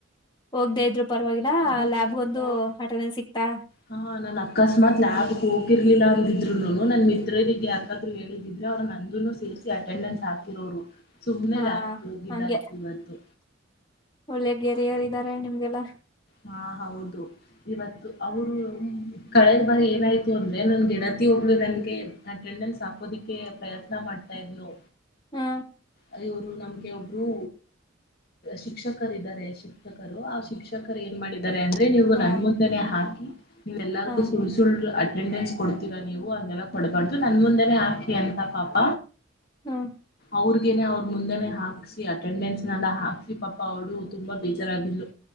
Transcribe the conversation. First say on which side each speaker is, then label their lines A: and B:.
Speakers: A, on the left (about 25°); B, on the left (about 50°).
A: ಹೋಗ್ದೇ ಇದ್ರು ಪರವಾಗಿಲ್ಲ
B: ಅದು
A: ಲ್ಯಾಬ್ಗ ಒಂದು ಅಟೆಂಡೆನ್ಸ್ ಸಿಕ್ತಾ
B: ಹಾ ನಾನ್ ಅಕಸ್ಮಾತ್ ಲ್ಯಾಬ್ ಹೋಗಿರ ಿಲ್ಲ ಅಂದಿದ್ರು ನನ್ನ ಮಿತ್ರಗ್ ಯಾಕಾದ್ರು ಹೇಳಿದ್ರೆ ಅವರು ನಂದನ್ನುನು ಸೇರಿಸಿ ಅಟೆಂಡೆನ್ಸ್ ರೋರು ಸು್ನೆಲೆ
A: ಹ
B: ಆಯ್ತು ಹೋಗಿದಾಯ್ತು
A: ಹಂಗೆ
B: ಇವತ್ತು
A: ಒಳ್ಳೆ ಗೆರಿಯರ್ ಇದಾರೆ ನಿಮ್ಗೆಲ್ಲ
B: ಹಾ ಹೌದು ಇವತ್ತು ಅವರು ಕಳೆದ ಬಾಗ ಏನಾಯ್ತು ಅಂದ್ರೆ ನನ್ ಗಿಡದ ಪ್ರತಿಯೊಬ್ಳ ನನ್ಗೆ ಅಟೆಂಡನ್ಸ್ ಹಾಕೋದಿಕ್ಕೆ ಪ್ರಯತ್ನ ಮಾಡ್ತಾ ಇದ್ಲು
A: ಹ್ಮ
B: ಅವರು ನಮ್ಗೆ ಒಬ್ರು ಶಿಕ್ಷಕರ ಇದಾರೆ ಶಿಕ್ಷಕರು ಆ ಶಿಕ್ಷಕರು ಏನ್ ಮಾಡಿದ್ದಾರೆ ಅಂದ್ರೆ ನೀವು
A: ಹಾ
B: ನನ್ ಮುಂದೆನೆೇ ಹಾಕಿ ಎಲ್ಲಾರ್ಗು
A: ಹ
B: ಸುಳ್ ಸುಳ್ಳು ಅಟೆಂಡೆನ್ಸ್ ಕೊಡ್ತೀರಾ ನೀವು ಅಂದೆಲ್ಲಾ ಕೊಡಬಾರ್ದು ನನ್ ಮುಂದೆನೆ ಹಾಕಿ ಅಂತ ಪಾಪ
A: ಹ್ಮ್
B: ಅವ್ರ ನೆ ಅವರು ಮುಂದೆನೆ ಹಾಕ್ಸಿ ಅಟೆಂಡೆನ್ಸ್ ನಲ್ಲ ಹಾಕ್ಸಿ ಪಾ ಅವರು ತುಂಬಾ ಬೇಜಾರಾಗಿಲು